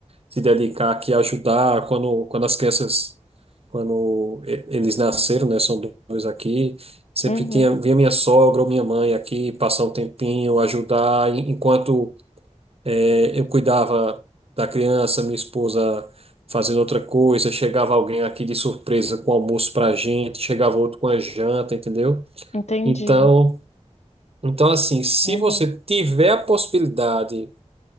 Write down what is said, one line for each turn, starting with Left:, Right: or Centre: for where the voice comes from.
Right: se dedicar aqui a ajudar quando, quando as crianças, quando e- eles nasceram, né? São dois aqui. Sempre
Left: uhum,
Right: tinha, vinha minha sogra ou minha mãe aqui passar um tempinho, ajudar, en- enquanto eh, eu cuidava da criança, minha esposa fazendo outra coisa, chegava alguém aqui de surpresa com almoço pra gente, chegava outro com a janta, entendeu?
Left: Entendi.
Right: Então, então assim, se
Left: É
Right: você
Left: bom.
Right: tiver a possibilidade